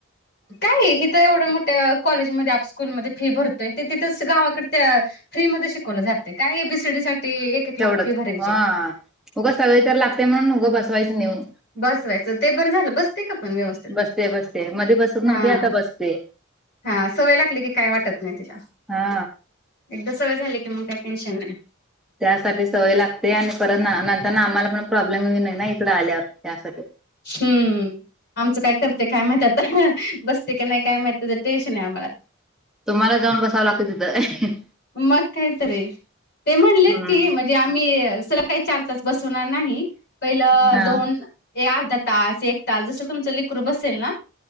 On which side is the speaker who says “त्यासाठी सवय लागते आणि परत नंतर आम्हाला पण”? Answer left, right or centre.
Centre